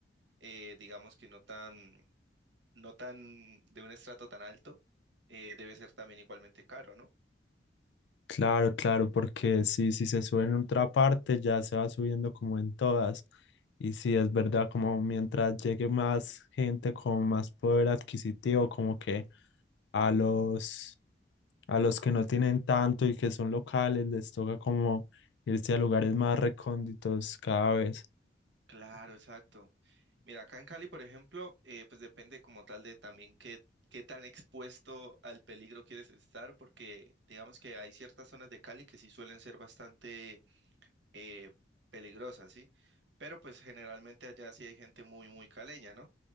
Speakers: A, on the right; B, on the left.
A: eh, digamos que no tan, no tan de un estrato tan alto, eh, debe ser también igualmente caro, ¿no?
B: Claro, claro, porque si, si se sube en otra parte, ya se va subiendo como en todas. Y si es verdad, como mientras llegue más gente con más poder adquisitivo, como que a los, a los que no tienen tanto y que son locales, les toca como irse a lugares más recónditos cada vez.
A: Claro, exacto. Mira, acá en Cali, por ejemplo, eh, pues depende como tal de también qué, qué tan expuesto al peligro quieres estar, porque digamos que hay ciertas zonas de Cali que sí suelen ser bastante eh, peligrosas, ¿sí? Pero pues generalmente allá sí hay gente muy, muy caleña, ¿no?